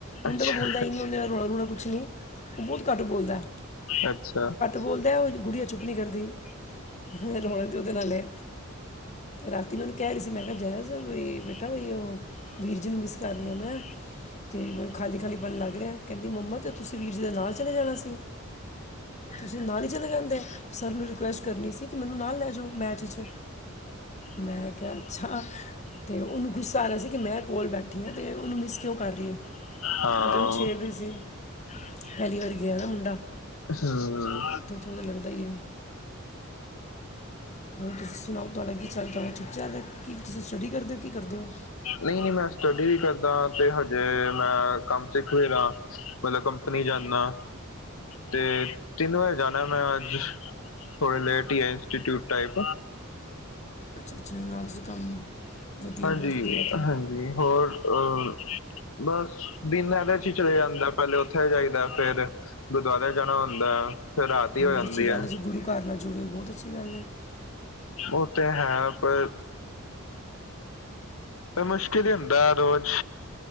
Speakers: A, on the left (about 35°); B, on the left (about 80°).
A: ਮੁੰਡਾ
B: ਅੱਛਾ
A: ਤੇ ਬੋਲਦਾ ਈ ਨੀ, ਓਹਨੇ ਤੇ ਰੋਣਾ-ਰੁਣਾ ਕੁਛ ਨੀ, ਓਹ ਬਹੁਤ ਘੱਟ ਬੋਲਦੈ
B: ਅੱਛਾ
A: ਬੋਲਦੈ ਉਂਞ ਗੁੜੀਆ ਚੁੱਪ ਨੀ ਕਰਦੀ, ਰੌਨਕ ਰੋਲਤੇ ਓਹਦੇ ਨਾਲ ਆ ਤੇ ਰਾਤੀ ਮੈ ਓਹਨੂੰ ਕਹਿ ਰਹੀ ਸੀ ਮੈ ਕਿਹਾ ਜੈਜ਼ ਬਈ ਬੇਟਾ ਓਹ ਵੀਰ ਜੀ ਨੂੰ ਮਿਸ ਕਰ ਰਹੀ ਆਂ ਮੈਂ ਤੇ ਮੈਂਨੂੰ ਖਾਲੀ ਖਾਲੀ ਪਨ ਲੱਗ ਰਿਐ ਕਹਿੰਦੀ ਮੰਮਾ ਤੇ ਤੁਸੀਂ ਵੀਰ ਜੀ ਦੇ ਨਾਲ ਚਲੇ ਜਾਨਾ ਸੀ ਤੁਸੀਂ ਨਾਲ ਈ ਚਲੇ ਜਾਂਦੇ। ਓਨੂੰ ਰਿਕਵੈਸਟ ਕਰਨੀ ਸੀ ਕਿ ਮੈਨੂੰ ਨਾਲ ਲੈ ਜਾਓ ਮੈਚ ਇਚ, ਮੈ ਕਿਹਾ ਅੱਛਾ ਤੇ ਓਹਨੂੰ ਗੁੱਸਾ ਆ ਰਿਆ ਸੀ ਕਿ ਮੈ ਕੋਲ ਬੈਠੀ ਆਂ ਤੇ ਓਹਨੂੰ ਮਿਸ ਕਿਓ ਕਰ ਰਹੀ ਏ।
B: ਹਾਂ
A: ਮੈ ਤੇ ਓਹਨੂੰ
B: ਹਮ
A: ਛੇੜ ਰਈ ਸੀ ਪਹਿਲੀ ਵਾਰੀ ਗਿਆ ਨਾ ਮੁੰਡਾ
B: ਹਮ,
A: ਦੂਰ ਥੋੜਾ ਲੱਗਦਾ ਈ ਏ ਹੋਰ ਤੁਸੀ ਸੁਣਾਓ ਤੁਹਾਡਾ ਕੀ ਚਲਦੈ? ਠੀਕ ਚਲ ਰਿਆ? ਕੀ ਤੁਸੀ ਸਟੱਡੀ ਕਰਦੇ ਓ ਕੀ ਕਰਦੇ ਓ?
B: ਨਈ-ਨਈ, ਮੈ ਸਟੱਡੀ ਵੀ ਕਰਦਾ ਤੇ ਹਜੇ ਮੈਂ ਕੰਮ ਸਿੱਖ ਵੀ ਰਿਹਾ ਮਤਲਬ ਕੰਪਨੀ ਜਾਨਾ ਤੇ ਤਿੰਨ ਵਜੇ ਜਾਨਾ ਮੈ ਅੱਜ, ਥੋੜਾ ਲੇਟ ਈ ਏ ਇੰਸਟੀਟਿਊਟ ਟਾਇਪ
A: ਅੱਛਾ-ਅੱਛਾ ਨਾਲ ਤੁਸੀ ਕੰਮ ਵਧੀਆ
B: ਹਾਂਜੀ-ਹਾਂਜੀ
A: ਬਹੁਤ ਵਧੀਆ ਹੈ ਤਾਂ
B: ਹੋਰ ਅਹ ਬਸ ਦਿਨ ਇਹਦੇ ਚ ਈ ਚਲੇ ਜਾਂਦਾ ਪਹਿਲੇ ਓਥੇ ਜਾਈਦਾ ਫੇਰ ਗੁਰਦੁਆਰੇ ਜਾਨਾ ਹੁੰਦਾ ਫਿਰ ਰਾਤ ਈ
A: ਬਹੁਤ
B: ਹੋ ਜਾਂਦੀ
A: ਅੱਛੀ
B: ਐ।
A: ਗੱਲ ਹੈ ਜੇ ਗੁਰੂ ਘਰ ਨਾਲ ਜੁੜੇ ਓ ਬੋਤ ਅੱਛੀ ਗੱਲ ਐ
B: ਓਹ ਤੇ ਹੈ ਪਰ ਪਰ ਮੁਸ਼ਕਿਲ ਹੀ ਹੁੰਦੈ ਰੋਜ਼